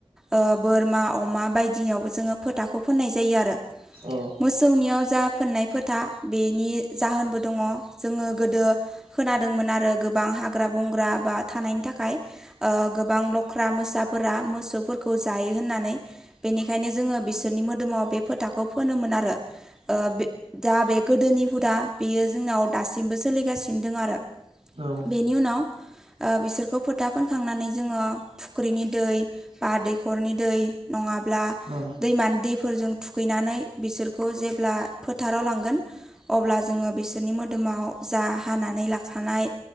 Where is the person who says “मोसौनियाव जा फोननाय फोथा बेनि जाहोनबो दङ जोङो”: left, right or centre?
Centre